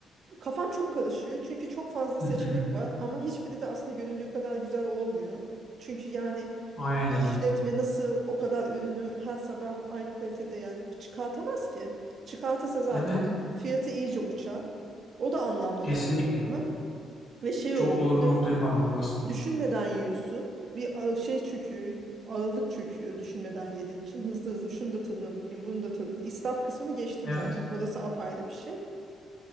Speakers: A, on the right; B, on the left.
A: kafam çok karışıyor. Çünkü çok fazla
B: Hı
A: seçenek
B: hı.
A: var ama hiçbiri de aslında göründüğü kadar güzel olmuyor. Çünkü yani
B: Aynen.
A: bir işletme nasıl o kadar ürünü her sabah aynı kalitede yani çıkartamaz ki. Çıkartırsa zaten
B: Evet,
A: fiyatı iyice uçar. O da anlamlı
B: kesinlikle.
A: gelmiyor bana. Ve şey
B: Çok
A: oluyor
B: doğru
A: bu defa
B: noktaya parmak bastın.
A: düşünmeden yiyorsun. Bir ağır- şey çöküyor, ağırlık çöküyor düşünmeden yediğin için. Hızlı hızlı şunu da tadına bakayım, bunu da tadına. İsraf kısmını geçtim
B: Evet,
A: zaten. Orası apayrı bir şey.